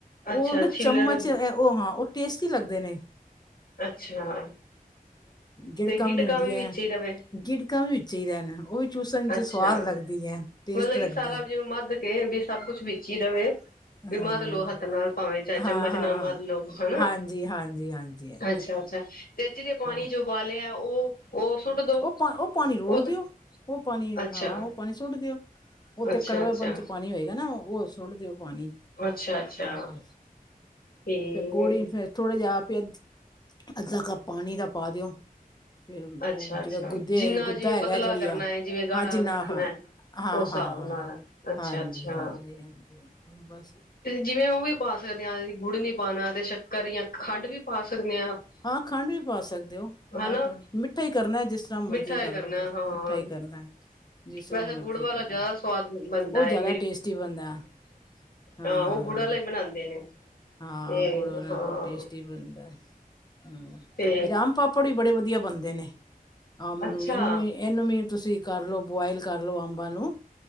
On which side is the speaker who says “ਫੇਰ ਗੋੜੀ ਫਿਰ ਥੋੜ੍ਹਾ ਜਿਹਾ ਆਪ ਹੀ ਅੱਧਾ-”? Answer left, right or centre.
Left